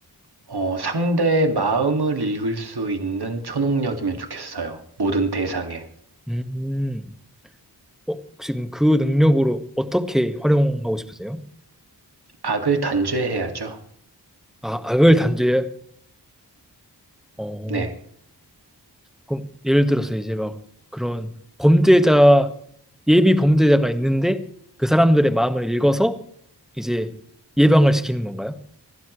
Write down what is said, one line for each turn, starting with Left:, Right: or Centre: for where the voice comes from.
Right: 어, 상대의 마음을 읽을 수 있는 초능력이면 좋겠어요. 모든 대상에.
Centre: 음. 어, 지금 그 능력으로 어떻게 활용하고 싶으세요?
Right: 악을 단죄해야죠.
Centre: 아, 악을 단죄해? 어,
Right: 네.
Centre: 그럼 예를 들어서 이제 막 그런 범죄자, 예비 범죄자가 있는데 그 사람들의 마음을 읽어서 이제 예방을 시키는 건가요?